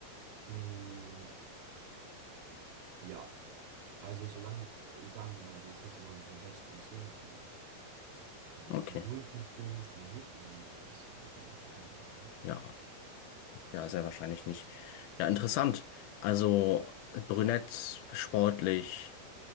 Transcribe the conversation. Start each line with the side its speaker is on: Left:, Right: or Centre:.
Right: Mm, ja, also solange, äh, sagen wir mal, die ist jetzt immer noch eine 6 von zehn dann ja. Wenn die
Left: Okay.
Right: Jetzt eine null von zehn ist dann nicht, aber das wird ja nicht der Fall sein,
Left: Ja, ja, sehr wahrscheinlich nicht. Ja, interessant. Also brünett, sportlich.